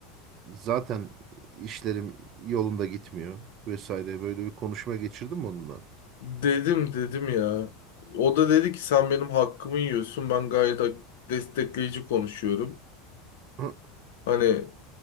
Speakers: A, on the right; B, on the left.
A: zaten işlerim yolunda gitmiyor vesaire böyle bir konuşma geçirdim onunla.
B: Dedim, dedim ya. O da dedi ki sen benim hakkımı yiyorsun. Ben gayet destekleyici konuşuyorum.
A: Hı,
B: Hani